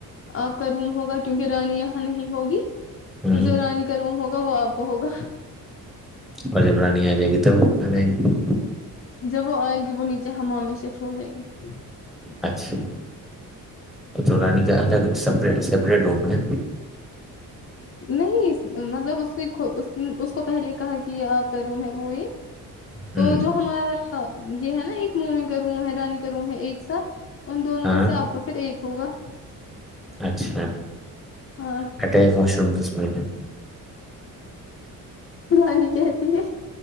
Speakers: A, on the left; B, in the centre.
A: آپ کا روم ہوگا کیونکہ رانی یہاں نہیں ہوگی
B: ہوں
A: پھر رانی کروں ہوگا وہ آپ ہوگا
B: اور جب رانی آ جائے گی تب وہ آ جائیں گی
A: جب وہ آئے گی وہ نیچے ہماام میں سےفو جائے گی
B: اچھا تو رانی جاں تک سپری سپریٹ روم ہے
A: نہیں مطلب اس نے اس کو پہلے ہی کہا کہ یہ آپ کا روم ہے وہ یہ تو
B: ہوں
A: جو ہمارا یہ ہے نا ایک موومنٹ کروں ہے رانی کروں ہے ایک ساتھ ان دونوں
B: ہاں
A: میں سے آپ کا پھر ایک ہوگا
B: اچھا
A: ہاں
B: کٹ واش روم کسم ہے
A: رانی کہتی ہے